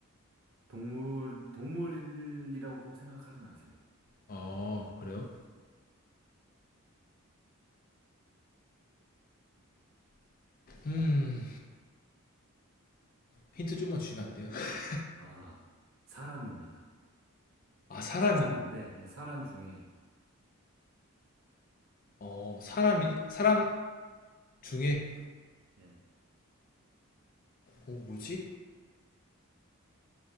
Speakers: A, on the right (about 65°); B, on the left (about 40°).
A: 동물, 동물이라고 꼭 생각하지 마세요.
B: 아, 그래요? 음, 힌트 좀만 주시면 안 돼요? <laughs>
A: 아, 사람입니다.
B: 아, 사람이,
A: 사람인데, 예, 사람 중에
B: 어, 사람이, 사람 중에,
A: 네.
B: 어, 뭐지?